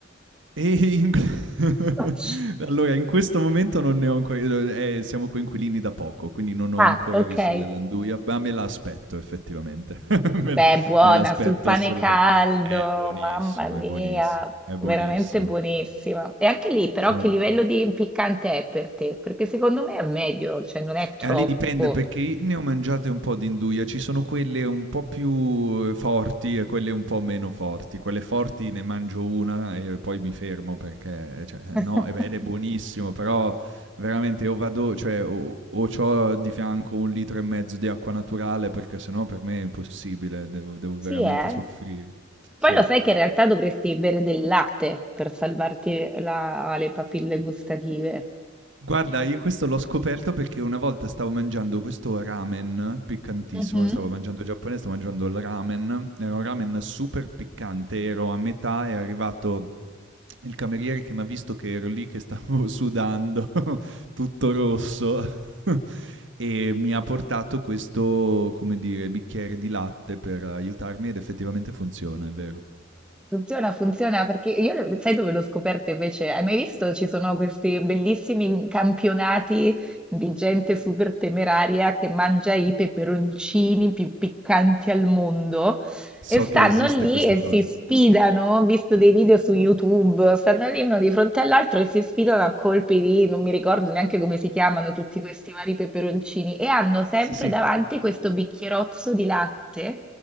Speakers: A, on the right (about 65°); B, in the centre.
A: E in- <laughs>
B: <laughs>
A: allora, in questo momento non ne ho ancora... eh, siamo coinquilini da poco, quindi non ho
B: Ah,
A: ancora
B: ok.
A: visto dell'anduia, ma me la aspetto effettivamente. <laughs> Me
B: Beh,
A: la-
B: buona,
A: me l'aspetto
B: sul pane
A: assolutamente.
B: caldo,
A: È buonissima,
B: mamma mia,
A: è buonissima, è buonissima.
B: veramente buonissima. E anche lì, però,
A: Sono
B: che livello di piccante è per te? Perché secondo me è meglio, cioè non è troppo.
A: Eh, lì dipende perché ne ho mangiate un po' di induia, ci sono quelle un po' più eh, forti e quelle un po' meno forti. Quelle forti ne mangio una e poi mi fermo perché, eh, cioè,
B: <laughs>
A: no, e beh, ed è buonissimo, però veramente o vado, cioè, o, o c'ho di fianco un litro e mezzo di acqua naturale perché sennò per me è impossibile, devo, devo
B: Sì,
A: veramente
B: eh.
A: soffrire.
B: Poi
A: Sì.
B: lo sai che in realtà dovresti bere del latte per salvarti la- le papille gustative.
A: Guarda, io questo l'ho scoperto perché una volta stavo mangiando questo ramen piccantissimo,
B: Mhm.
A: stavo mangiando giapponese, stavo mangiando il ramen, era un ramen super piccante, ero a metà, e è arrivato il cameriere che mi ha visto che ero lì che stavo <laughs> sudando, <laughs> tutto rosso, <laughs> e mi ha portato questo, come dire, bicchiere di latte per aiutarmi ed effettivamente funziona, è vero.
B: Funziona, funziona perché io lo- sai dove l'ho scoperto invece? Hai mai visto? Ci sono questi bellissimi campionati di gente super temeraria che mangia i peperoncini più piccanti al mondo
A: So
B: e stanno
A: che esiste
B: lì
A: questa
B: e si
A: cosa.
B: sfidano. Ho visto dei video su YouTube, stanno lì uno di fronte all'altro e si sfidano a colpi di, non mi ricordo neanche come si chiamano tutti questi vari peperoncini e hanno sempre
A: Sì, sì.
B: davanti questo bicchierozzo di latte